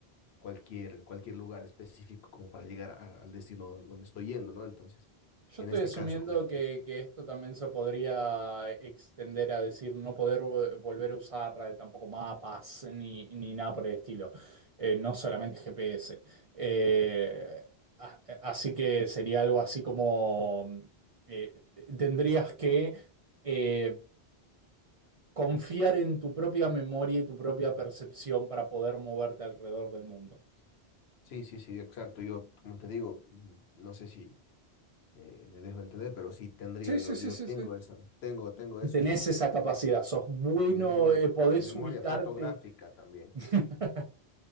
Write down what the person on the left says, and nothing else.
cualquier, cualquier lugar específico como para llegar a- al destino donde estoy yendo, ¿no? Entonces,
en
este
caso, como...
Sí, sí, sí, exacto. Yo, como te digo, mm, no sé si eh, me dejo entender, pero sí tendría,
yo,
yo
tengo
esa, tengo, tengo eso,
digamos,
de-
esa memoria,
esa memoria
fotográfica también,